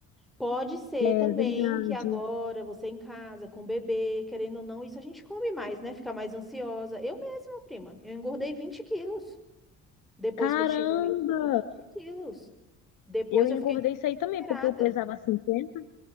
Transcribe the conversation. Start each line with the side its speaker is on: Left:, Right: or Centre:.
Centre: Pode ser
Left: É
Centre: também
Left: verdade.
Centre: que agora você em casa com o bebê, querendo ou não, isso a gente come mais, né? Fica mais ansiosa. Eu mesma, prima, eu engordei 20 quilos depois
Left: Caramba!
Centre: que eu tive o meu- 20 quilos. Depois
Left: Eu engordei
Centre: eu fiquei desesperada.
Left: isso aí também, porque eu pesava 50,